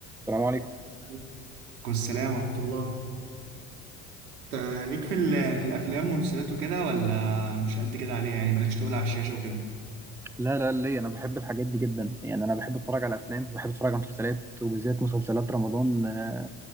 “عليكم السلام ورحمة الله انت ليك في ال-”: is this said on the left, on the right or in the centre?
Right